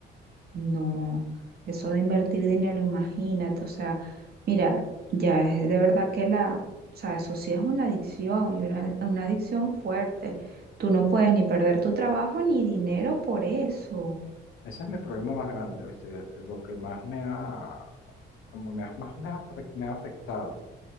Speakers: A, on the right; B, on the left.
A: No, eso de invertir dinero, imagínate, o sea, mira, ya es de verdad que la, o sea, eso sí es una adicción y una, una adicción fuerte. Tú no puedes ni perder tu trabajo ni dinero por eso.
B: Ese es mi problema más grande, ¿viste? Lo que más me ha, como me ha- más me ha, afec- me ha afectado.